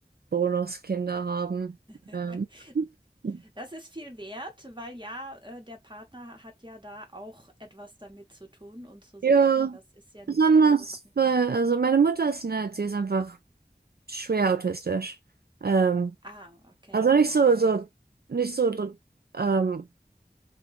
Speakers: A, on the right; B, on the right.
A: Bonuskinder haben.
B: <laughs>
A: Ähm, <laughs>
B: Das ist viel wert, weil ja, äh, der Partner hat ja da auch etwas damit zu tun und zu
A: ja,
B: sagen, das ist ja
A: besonders,
B: nicht, dass das nicht
A: weil,
B: geht.
A: also meine Mutter ist nett, sie ist einfach schwer autistisch. Ähm,
B: Ah, okay.
A: also nicht so, so, nicht so, ähm,